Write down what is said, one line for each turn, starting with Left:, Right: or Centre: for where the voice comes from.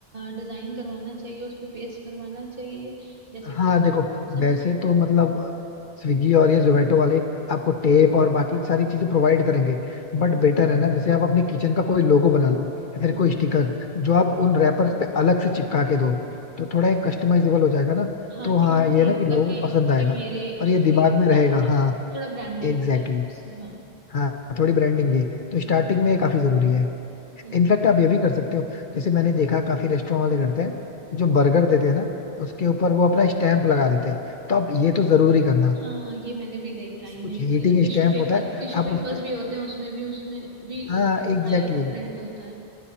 Right: डिजाइन करवाना चाहिए उस पे पेस्ट करवाना चाहिए जैसे
Left: हाँ
Right: कि
Left: देखो
Right: सब
Left: वैसे तो मतलब स्विगी और ये जोमेटो वाले आपको टेप और बाकी सारी चीजें प्रोवाइड करेंगे
Right: हम्म,
Left: बट बेटर है ना जैसे आप अपने किचन का कोई लोगो बना लो या फिर
Right: हम्म।
Left: कोई स्टिकर जो आप उन रैपर्स पे अलग से चिपका के दो तो थोड़ा एक कस्टमाइजेबल हो जाएगा ना
Right: हाँ
Left: तो हाँ
Right: कि मुझे
Left: ये
Right: ये
Left: है ना
Right: होगा
Left: कि लोगों
Right: कि
Left: को पसंद आएगा
Right: कि मेरे
Left: और
Right: उसके
Left: ये दिमाग में रहेगा
Right: ब्रांड में
Left: हाँ
Right: थोड़ा ब्रांडिंग
Left: एग्जैक्टली
Right: हो जाएगी
Left: exactly,
Right: उससे हाँ
Left: हाँ थोड़ी ब्रांडिंग ये तो स्टार्टिंग
Right: हम्म
Left: में ये काफी जरूरी है
Right: हम्म,
Left: इनफैक्ट आप ये भी कर सकते हो जैसे मैंने देखा काफी रेस्टोरेंट वाले करते हैं जो बर्गर देते हैं ना उसके ऊपर वो अपना स्टैंप लगा देते हैं तो आप ये तो जरूरी करना
Right: हाँ हाँ, ये मैंने भी देखा है ये
Left: कुछ
Right: मैंने
Left: हीटिंग
Right: भी देखा टिश्यू
Left: स्टैंप
Right: पेपर्स
Left: होता है
Right: टिश्यू
Left: आप
Right: पेपर्स
Left: उस पे
Right: भी होते हैं उसमें भी उसमें भी
Left: हाँ
Right: उन लोगों
Left: एग्जैक्टली
Right: का ही वो
Left: exactly,
Right: प्रिंट होता है